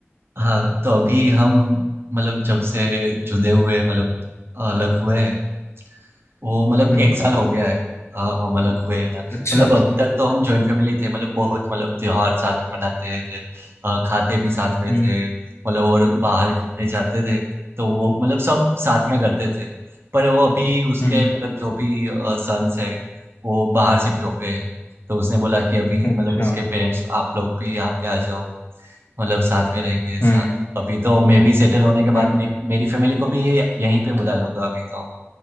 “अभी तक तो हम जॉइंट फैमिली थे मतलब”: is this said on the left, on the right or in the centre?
Right